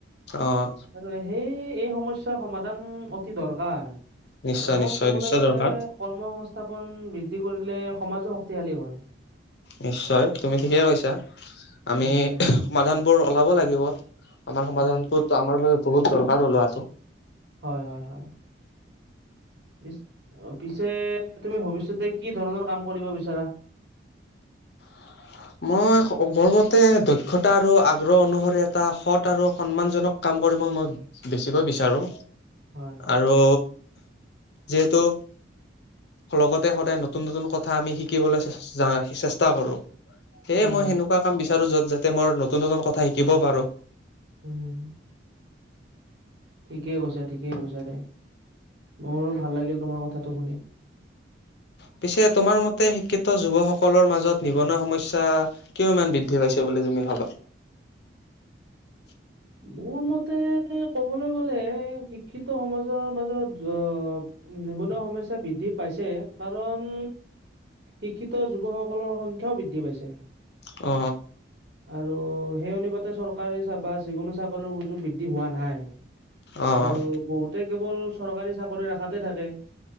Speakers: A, on the left; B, on the right.
A: অ',
B: আৰু সেই এই সমস্যাৰ সমাধান অতি দৰকাৰ।
A: নিশ্চয়,
B: আৰু শেষত
A: নিশ্চয়,
B: কবলৈ
A: নিশ্চয়
B: গলে
A: দৰকাৰ
B: কৰ্ম সংস্থাপন বৃদ্ধি কৰিলে সমাজো শক্তিশালী হয়।
A: নিশ্চয় তুমি ঠিকেই কৈছা আমি
B: উম,
A: সমাধানবোৰ ওলাব লাগিব। আমাৰ সমাধান
B: উম,
A: আমাৰ বাবে বহুত দৰকাৰ লোৱাটো
B: হয় হয় হয়। পি পিছে তুমি ভৱিষ্যতে কি ধৰণৰ কাম কৰিব বিচাৰা
A: <inaudible> মই মোৰ মতে দক্ষতা আৰু আগ্ৰহ অনুসৰি এটা সৎ আৰু সন্মান জনক কাম ক কৰিবই মই বেছিকৈ বিচাৰোঁ।
B: হয়।
A: আৰু যিহেতু লগতে সদায় নতুন নতুন কথা আমি শিকিবলৈ চেষ্টা কৰো সেয়ে
B: উম,
A: মই সেনেকুৱা কাম বিচাৰো যত যাতে মই নতুন নতুন কথা শিকিবও পাৰো
B: উম ঠিকেই কৈছা ঠিকেই কৈছা দে মোৰো ভাল লাগিল তোমাৰ কথাটো শুনি
A: পিছে তোমাৰ মতে শিক্ষিত যুৱকসকলৰ মাজত নিবনুৱা সমস্যা কিয় ইমান বৃদ্ধি পাইছে বুলি তুমি ভাবা <unintelligible>
B: মোৰ মতে ক'বলৈ গ'লে শিক্ষিত সমাজৰ মাজত অ নিবনুৱা সমস্যা বৃদ্ধি পাইছে কাৰণ শিক্ষিত যুৱকসকলৰ সংখ্যাও বৃদ্ধি পাইছে
A: অ
B: আৰু সেই অনুপাতে চৰকাৰী বা যিকোনো চাকৰিৰ সুযোগ বৃদ্ধি হোৱা নাই
A: অ',
B: আৰু বহুতে কেৱল চৰকাৰী চাকৰি আশাতে থাকে